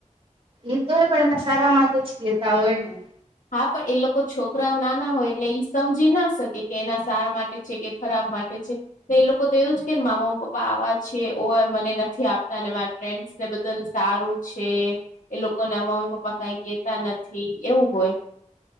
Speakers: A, on the right; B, on the left.
A: એ તો હોય પણ એના સારા માટે જ કહેતા હોય ને
B: હા, પણ એ લોકો છોકરાઓ નાના હોય એટલે ઈ સમજી ના શકે કે એના સારા માટે છે કે ખરાબ માટે છે, તો એ લોકો તો એવું જ કેને માર મમ્મીપપ્પા આવા છે મને નથી આપતા અને મારી ફ્રેન્ડ ને બધા સારું છે, એ લોકો ના મમ્મી પપા કઈ કેતા નથી એવું હોય